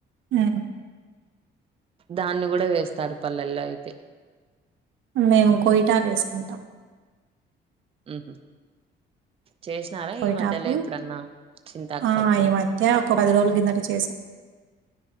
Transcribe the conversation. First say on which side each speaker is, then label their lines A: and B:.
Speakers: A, on the right (about 75°); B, on the right (about 30°).
A: నా
B: దాన్ని కూడా వేస్తారు పల్లెల్లో అయితే
A: మేము కోయిటాకు వేసుకుంటాం
B: మ్మ్ చేసినారా
A: కోయిటాకు
B: ఈ మధ్యలో ఎప్పుడన్నా చింతాకు
A: ఆ!
B: పప్పు
A: ఈ మధ్య ఒక రోజుల కిందట చేశాం.